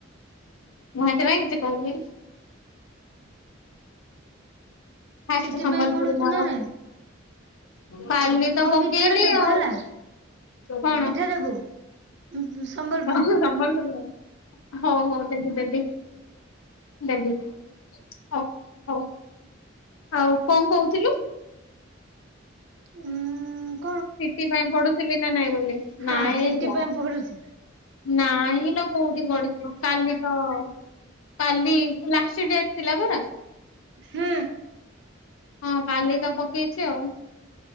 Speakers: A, on the left; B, on the right.
A: ମୁଁ ହେଥି ପାଇଁ କିଛି କହୁନି ଫାଷ୍ଟ୍
B: ସିଟି
A: ସମ୍ବଲପୁରୀ
B: ପାଇଁ ପଢୁଛୁ
A: ମୋର
B: ନା ନାଇଁ
A: କାଲି ତ
B: ହଉ
A: ପକେଇଲି,
B: ମିଠାଟା ଦେବୁ
A: ଆଉ
B: ହେଲା
A: କଣ?
B: <unintelligible> <unintelligible> ସମ୍ବଲପୁରୁ
A: <unintelligible> ହଉ ହଉ ଦେବି ଦେବି ଦେବି। ଓ ହଉ ହଉ, ଆଉ କଣ କହୁଥିଲୁ?
B: ଏଁ
A: ସିଟି ପାଇଁ ପଡୁଥିଲି ନା ନାଇଁ ବୋଲେ,
B: ହଁ
A: ନାଇଁ
B: ସିଟି
A: ବା।
B: ପାଇଁ ପଢୁଛି
A: ନାଇଁ ଲୋ କୋଉଠୁ ପଢିଛୁ, କାଲି ତ କାଲି ଲାଷ୍ଟ୍ ଡେଟ୍ ଥିଲା ପରା।
B: ହୁଁ।
A: ହଁ କାଲି ତ ପକେଇଛି ଆଉ,